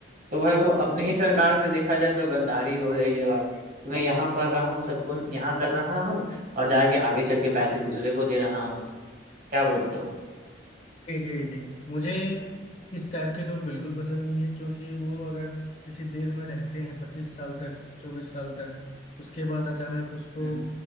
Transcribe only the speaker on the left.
जी जी जी मुझे इस टाइप के लोग बिल्कुल पसंद नहीं है क्योंकि वो अगर किसी देश में रहते हैं पच्चीस साल तक चौबीस साल तक उसके बाद अचानक उसको